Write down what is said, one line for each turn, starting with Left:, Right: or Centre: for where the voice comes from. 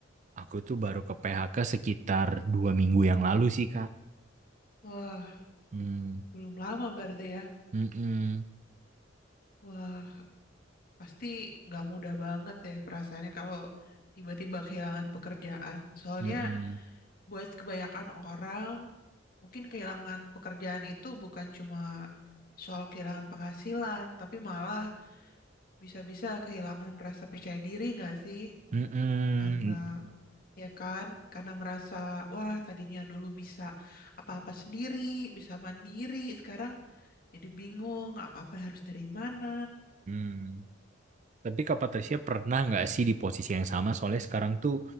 Right: Aku tuh baru ke PHK sekitar dua minggu yang lalu sih Kak.
Left: Wah,
Right: Hmm,
Left: belum lama berarti ya.
Right: mm-mm,
Left: Wah, pasti nggak mudah banget deh perasaannya kalau tiba-tiba kehilangan pekerjaan. Soalnya
Right: mm-mm,
Left: buat kebanyakan orang, mungkin kehilangan pekerjaan itu bukan cuma soal kehilangan penghasilan, tapi malah bisa-bisa kehilangan rasa percaya diri nggak sih?
Right: mm-mm,
Left: Karena ya kan? Karena merasa, wah tadinya dulu bisa apa-apa sendiri, bisa mandiri, sekarang jadi bingung apa-apa harus dari mana.
Right: mm-mm. Tapi Kak Patricia pernah nggak sih di posisi yang sama? Soalnya sekarang tuh